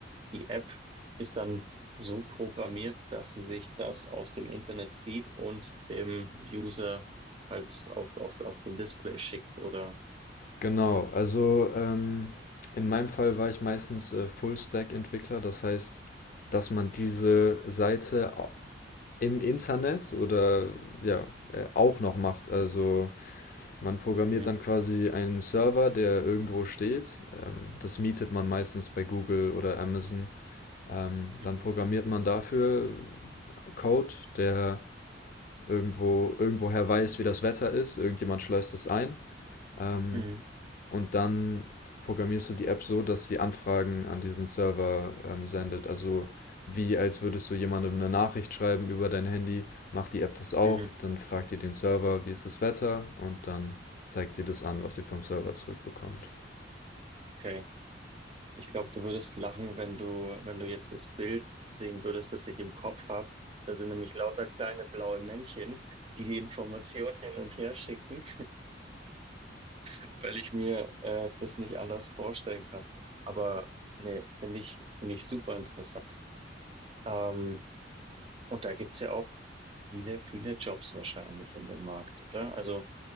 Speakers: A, on the right (about 30°); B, on the left (about 45°).
A: Die App ist dann so programmiert, dass sie sich das aus dem Internet zieht und dem User halt auf, auf, auf den Display schickt oder.
B: Genau, also ähm, in meinem Fall war ich meistens äh, Full-Stack-Entwickler, das heißt, dass man diese Seite im Internet oder ja, äh, auch noch macht. Also Man programmiert
A: Mhm.
B: dann quasi einen Server, der irgendwo steht. Ähm, das mietet man meistens bei Google oder Amazon. Ähm,
A: Mhm.
B: dann programmiert man dafür Code, der irgendwo, irgendwoher weiß, wie das Wetter ist. Irgendjemand schleust es ein. Ähm,
A: Mhm.
B: und dann programmierst du die App so, dass sie Anfragen an diesen Server ähm, sendet. Also wie als würdest du jemandem eine Nachricht schreiben über dein Handy, macht die App das auch,
A: Mhm.
B: dann fragt ihr den Server, wie ist das Wetter und dann zeigt sie das an, was sie vom Server zurückbekommt.
A: Okay. Ich glaube, du würdest lachen, wenn du, wenn du jetzt das Bild sehen würdest, das ich im Kopf habe. Da sind nämlich lauter kleine blaue Männchen, die die Information hin und her schicken, <laughs> weil ich mir äh, das nicht anders vorstellen kann. Aber nee, finde ich, finde ich super interessant. Ähm, und da gibt's ja auch viele, viele Jobs wahrscheinlich in dem Markt, oder? Also